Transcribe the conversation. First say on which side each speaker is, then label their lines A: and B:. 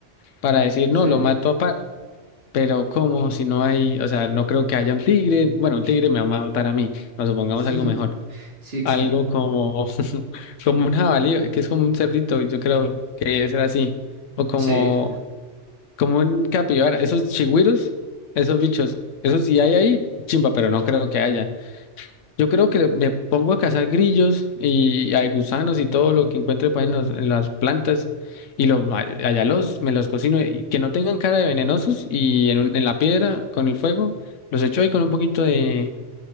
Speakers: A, on the left (about 85°); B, on the right (about 55°).
A: para decir,
B: Sí.
A: no, lo mato a palo. Pero ¿cómo si no hay, o sea, no creo que haya un tigre? Bueno, un tigre me va a matar a mí, nos supongamos
B: <laughs>
A: algo mejor.
B: Sí,
A: Algo
B: claro.
A: como, <laughs> como un jabalí, que es como un cerdito, yo creo que es así. O como,
B: Sí,
A: como un capibara, esos chigüiros, esos bichos, esos sí hay ahí, chimba, pero no creo que haya. Yo creo que me pongo a cazar grillos y a gusanos y todo lo que encuentre pues, en, los- en las plantas y los, ma- allá los, me los cocino y que no tengan cara de venenosos y en, un- en la piedra con el fuego los echo ahí con un poquito de